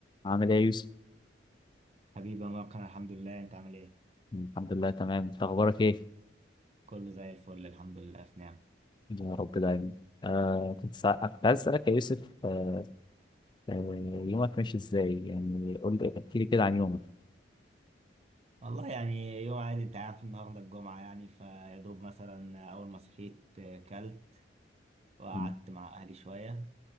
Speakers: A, on the left; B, on the right.
A: عامل ايه يا يوسف؟
B: حبيبي يا مروان الحمد لله انت عامل ايه؟
A: الحمد لله تمام، انت اخبارك ايه؟
B: كله زي الفل الحمد لله في نعم
A: يا رب دايما. آه كنت سا... كنت عايز اسالك يا يوسف آه آه يومك ماشي ازاي؟ يعني قول لي احكي لي كده عن يومك.
B: والله يعني يوم عادي انت عارف النهارده الجمعة يعني فيا دوب مثلا أول ما صحيت آه، كلت وقعدت
A: مم.
B: مع أهلي شوية